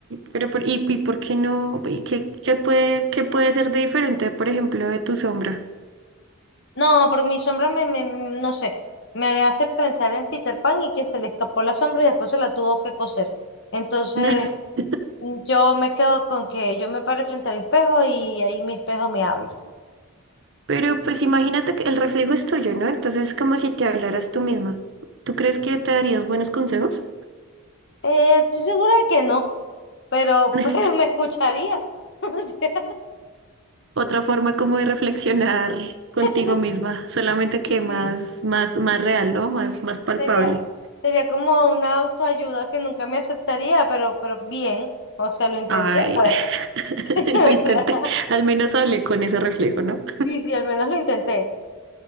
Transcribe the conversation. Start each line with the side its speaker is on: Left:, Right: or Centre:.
Right: pero por, y, y por qué no? ¿Y qué, qué puede, qué puede ser de diferente, por ejemplo, de tu sombra?
Left: No, pero mi sombra me, me- no sé, me hace pensar en Peter Pan y que se le escapó la sombra y después se la tuvo que coser. Entonces,
Right: <laughs>
Left: mm, yo me quedo con que yo me pare frente al espejo y ahí mi espejo me habla.
Right: Pero pues imagínate que el reflejo es tuyo, ¿no? Entonces es como si te hablaras tú misma. ¿Tú crees que te darías buenos consejos?
Left: Eh, estoy segura de que no, pero,
Right: <laughs>
Left: <laughs> pero me escucharía. <laughs> O sea,
Right: Otra forma como de reflexionar contigo
Left: <laughs>
Right: misma, solamente
Left: sí,
Right: que más,
Left: sí,
Right: más, más real, ¿no? Más, más palpable.
Left: sería, sería como una autoayuda que nunca me aceptaría, pero, pero bien. O sea, lo intenté,
Right: Ay,
Left: pues.
Right: <laughs>
Left: <laughs>
Right: lo intenté,
Left: O sea,
Right: al menos hablé con ese reflejo, ¿no?
Left: sí, sí, al menos lo intenté.